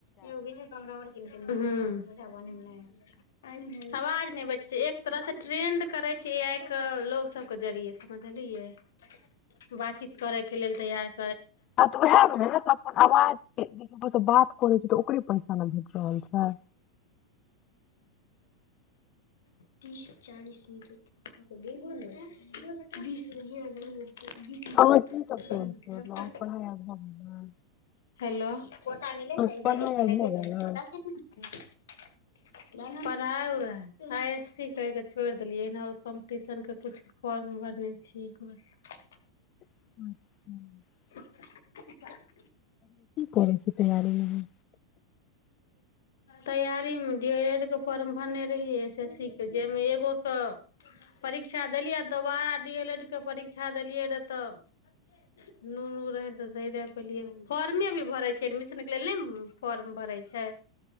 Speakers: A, on the left; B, on the left.
A: योगी छै बमरा बर हँ, आवाज नहि बेचैत छै। एक तरहसँ ए आई केँ ट्रेनिंग देल जाइत छै, जाहिसँ ओ लोकसभक बात बुझि सकय आ नीकसँ बातचीत कऽ सकय।
B: बात उहै भेलै पर अबाज कररो सँ बात करै छै
A: <unintelligible>
B: तऽ ओकरे पैसा ने भेट रहल छै
A: तीस चालीसी <unintelligible>
B: अहाँ की सब केने छियै मतलब अहाँके पढ़ाइ आर भऽ गेल ने
A: <unintelligible> हेलो कोटा मिले डेली
B: अहाँके पढ़ाइ
A: खेनाइ
B: आर भऽ
A: के
B: गेल
A: खेतै कोटा केना एतै पढ़ाइ उऽ रहै आइ एस सी कैर कऽ छोड़ देलियै नऽ आओर कम्पटिशन के किछ फॉर्म भरने छी एक बेर
B: अचछा
A: <unintelligible>
B: करै छी तैयारी मे
A: तैयारी डी एल एड के फॉर्म भरने रहियै एस एस सी के जाहिमे एगो के परीक्षा देलियै आ दोबारा डी एल एड के परीक्षा देलियै रहिये तऽ नुनू रहै तऽ नइ देय पेलियै हम फॉर्मे अभी भरै छै एडमिशनके लेल नइ फॉर्म भरै छै